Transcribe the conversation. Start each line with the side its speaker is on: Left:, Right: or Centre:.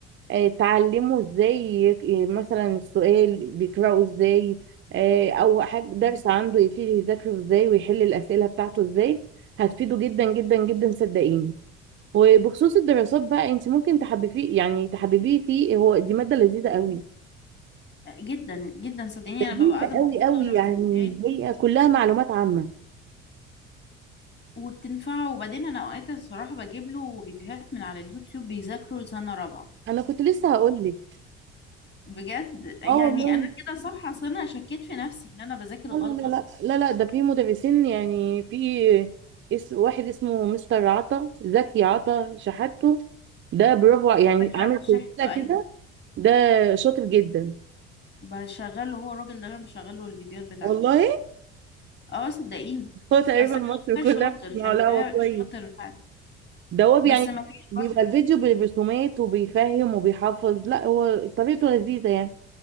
Right: آه، تعلمه ازاي يك- ي- مثلا السؤال بيقراه ازاي آه، او حاجه درس
Left: مم.
Right: عنده يبتدي يذاكره ازاي ويحل الاسئله بتاعته ازاي هتفيده جدا جدا جدا صدقيني وبخصوص الدراسات بقى انت ممكن تحببيه يعني تحببيه فيه هو دي ماده لذيذه قوي
Left: جدا جدا صدقيني
Right: لذيذه
Left: انا ببقى قاعده مبسوطه
Right: قوي قوي
Left: وانا
Right: يعني
Left: بذاكرها
Right: هي كلها معلومات عامه
Left: وبتنفعه وبعدين انا اوقات الصراحه بجيب له فيديوهات من على اليوتيوب بيذاكروا لسنه رابعه
Right: انا كنت لسه هقول لك
Left: بجد يعني
Right: اه والله
Left: انا كده صح اصل انا شكيت في نفسي ان انا بذاكر
Right: لا
Left: غلط
Right: لا لا لا لا ده في مدرسين يعني في اس واحد اسمه مستر عطا زكي عطا شحاته ده برافو ع- يعني
Left: بذاكر
Right: عامل
Left: عارفه شحته
Right: سلسلة كده
Left: ايوه
Right: ده شاطر جدا
Left: بشغله هو الراجل ده انا بشغله الفيديوهات بتاعته
Right: والله
Left: اه صدقيني
Right: هو تقريبا
Left: اصل
Right: مصر كلها
Left: انا شايفاه شاطر
Right: بتسمعه
Left: شايفاه
Right: لا هو كويس
Left: شاطر فعلا
Right: ده هو
Left: بس
Right: يعني
Left: ما فيش
Right: بيبقى
Left: برضه
Right: الفيديو بالرسومات وبيفهم وبيحفظ لا هو طريقته لذيذة يعني